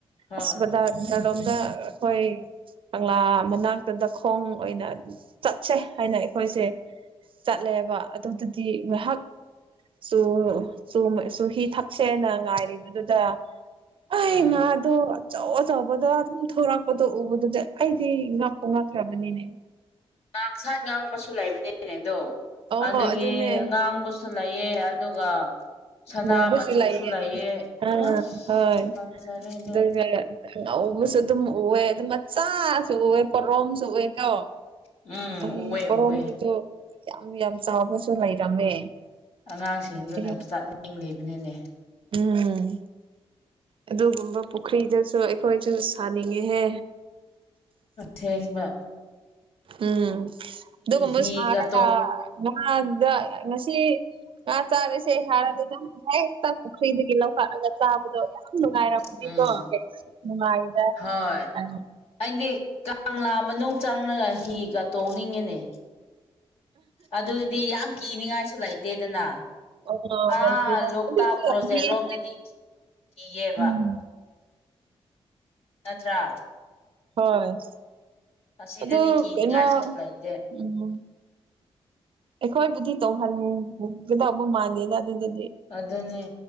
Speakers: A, on the left; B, on the right.
A: ꯍꯣꯏ
B: ꯑꯁꯕꯗ ꯔꯣꯝꯗ ꯑꯩꯈꯣꯏ ꯀꯪꯂꯥ ꯃꯅꯥꯛꯇꯗ ꯈꯣꯡ ꯑꯣꯏꯅ ꯆꯠꯁꯦ ꯍꯥꯏꯅ ꯑꯩꯈꯣꯏꯁꯦ ꯆꯠꯂꯦꯕ ꯑꯗꯨꯗꯨꯗꯤ ꯉꯥꯏꯍꯥꯛ ꯁꯨ ꯆ ꯁꯨ ꯍꯤ ꯊꯛꯁꯦꯅ ꯉꯥꯏꯔꯤꯕꯗꯨꯗ ꯑꯩ
A: ꯎꯝ
B: ꯉꯥꯗꯣ ꯑꯆꯧ ꯑꯆꯧꯕꯗꯣ ꯑꯗꯨꯝ ꯊꯣꯔꯛꯄꯗꯣ ꯎꯕꯗꯨꯗꯤ ꯑꯩꯗꯤ ꯂꯕꯅꯤꯅꯦ
A: ꯉ ꯁꯥꯏꯠ ꯉꯥꯡꯕꯁꯨ ꯂꯩꯕꯅꯤꯅꯦꯗꯣ
B: ꯑꯣ
A: ꯑꯗꯨꯗꯒꯤ
B: ꯑꯗꯨꯅꯦ
A: ꯉꯥꯡꯕꯁꯨ ꯁꯨ ꯂꯩꯑ ꯑꯗꯨꯒ ꯁꯅꯥ
B: ꯃꯣ ꯄꯨꯁꯨ
A: ꯃꯆꯨꯁꯨ
B: ꯂꯥꯏꯌꯦ
A: ꯂꯩꯑ
B: ꯑꯥ
A: ꯑꯁ
B: ꯍꯣꯏ
A: ꯐꯖꯔꯦ ꯑꯗꯣ
B: ꯑꯗꯨꯒ ꯉꯧꯕꯁꯨ ꯑꯗꯨꯝ ꯎꯑꯦ ꯑꯗꯨ ꯃꯆꯥꯁꯨ ꯎꯑꯦ ꯄꯣꯔꯣꯝꯁꯨ ꯎꯑꯦ ꯀꯣ
A: ꯎꯝ
B: ꯑꯩ
A: ꯎꯑꯦ
B: ꯄꯣꯔꯣꯝꯗꯨꯁꯨ
A: ꯎꯑꯦ
B: ꯌꯥꯝ ꯌꯥꯝ ꯆꯥꯕꯁꯨ ꯂꯩꯔꯝꯃꯦ
A: ꯑꯉꯥꯡꯁꯤꯡꯗꯨꯅ
B: ꯑꯩ
A: ꯆꯠꯅꯤꯡꯂꯤꯕꯅꯤꯅꯦ
B: ꯎꯝ ꯑꯗꯨꯒꯨꯝꯕ ꯄꯨꯈ꯭ꯔꯤꯗꯁꯨ ꯑꯩꯈꯣꯏꯁꯨ ꯁꯥꯅꯤꯡꯉꯦꯍꯦ
A: ꯁꯦꯡꯕ
B: ꯎꯝ ꯑꯗꯨꯒꯨꯝꯕ
A: ꯍꯤꯒꯇꯣ
B: ꯁꯥꯔꯒ ꯃꯥꯗ ꯉꯁꯤ ꯉꯥ ꯆꯥꯔꯤꯁꯦ ꯍꯥꯏꯔꯗꯤ ꯑꯗꯨꯝ ꯍꯦꯛꯇ ꯄꯨꯈ꯭ꯔꯤꯗꯒꯤ ꯂꯧꯈꯠꯂꯒ ꯆꯥꯕꯗꯣ ꯌꯥꯝ ꯅꯨꯡꯉꯥꯏꯔꯝꯃꯅꯤꯀꯣ
A: ꯎꯝ
B: ꯅꯨꯡꯉꯥꯏꯗ
A: ꯍꯣꯏ
B: ꯑ
A: ꯑꯩꯗꯤ ꯀꯪꯂꯥ ꯃꯅꯨꯡ ꯆꯪꯅꯒ ꯍꯤꯒ ꯇꯣꯡꯅꯤꯡꯉꯤꯅꯦ ꯑꯗꯨꯗꯤ ꯌꯥꯝ ꯀꯤꯅꯤꯉꯥꯏꯁꯨ ꯂꯩꯇꯦꯗꯅ
B: ꯑ
A: ꯑꯥ
B: ꯂꯩꯇꯦꯗ
A: ꯂꯣꯛꯇꯥꯛ
B: ꯑꯗꯨꯗꯤ ꯍꯌꯦꯡꯗꯤ
A: ꯄ꯭ꯔꯣꯖꯦꯛ ꯔꯣꯝꯗꯗꯤ ꯀꯤꯌꯦꯦꯕ
B: ꯎꯝ
A: ꯅꯠꯇ꯭ꯔ
B: ꯍꯣꯏ
A: ꯑꯁꯤꯗꯗꯤ
B: ꯑꯗꯨ
A: ꯀꯤꯅꯤꯡꯉꯥꯏꯁꯨ
B: ꯀꯩꯅꯣ
A: ꯂꯩꯇꯦ
B: ꯎꯝ ꯑꯩꯈꯣꯏꯕꯨꯗꯤ ꯇꯧꯍꯟꯒꯗꯧꯕ ꯃꯥꯟꯗꯦꯗ ꯑꯗꯨꯗꯗꯤ
A: ꯑꯗꯨꯅꯦ